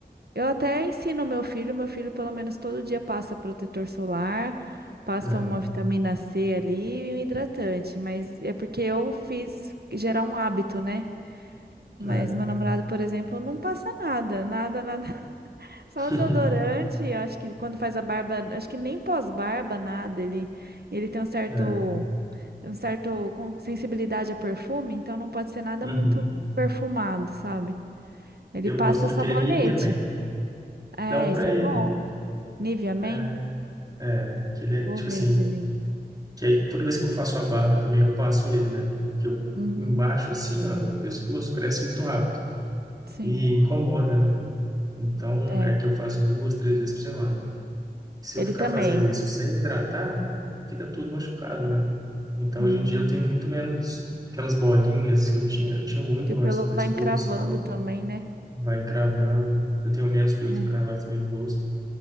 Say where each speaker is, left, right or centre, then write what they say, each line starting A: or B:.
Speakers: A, on the right; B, on the right.
A: eu até ensino meu filho, meu filho pelo menos todo dia passa protetor solar, passa
B: É,
A: uma vitamina C ali e um hidratante. Mas é porque eu fiz gerar um hábito, né? Mas
B: é.
A: meu namorado, por exemplo, não passa nada, nada, nada, só
B: <laughs>
A: o desodorante, eu acho que quando faz a barba, acho que nem pós-barba, nada, ele, ele tem um certo,
B: É.
A: um certo com- sensibilidade a perfume, então não pode ser nada
B: Uhum.
A: muito perfumado, sabe? Ele
B: Eu
A: passa
B: gosto daquele
A: sabonete.
B: Nivea Man.
A: É,
B: Dá um pra
A: isso
B: ele.
A: é bom. Nivea Man?
B: É, é. Que ele é,
A: Vou
B: tipo
A: ver
B: assim,
A: se ele usa.
B: que aí toda vez que eu faço a barba também eu passo ele, né? Porque eu,
A: Uhum,
B: embaixo, assim, ó, no pescoço, cresce muito rápido.
A: sim,
B: E incomoda, né? Então,
A: é.
B: é que eu faço duas, três vezes por semana. Se
A: Ele
B: eu ficar
A: também.
B: fazendo isso sem hidratar, fica tudo machucado, né? Então,
A: Hum,
B: hoje em dia eu tenho muito menos aquelas bolinhas que eu tinha. Eu tinha muito
A: que o pelo
B: antes do pescoço
A: vai encravando
B: e tal.
A: também, né?
B: Vai encravando. Eu tenho menos pelos
A: É,
B: encravados também no rosto